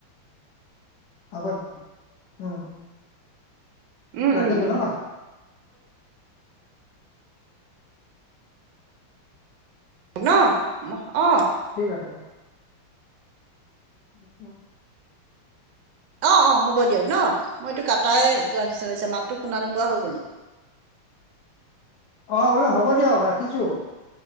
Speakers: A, on the left; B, on the right.
A: হব উম।
B: উম
A: ৰাখিছো
B: উম উম
A: ন।
B: ন অ।
A: ঠিক আছে বাৰু। <inaudible>
B: অ অ হ'ব দিয়ক ন। মই এইটো কাটাই যোৱা নিচনা লাগিছে মাতটো শুনা নোপোৱা হৈ গ'লো।
A: অ বোলে হ'ব দিয়ক ৰাখিছো।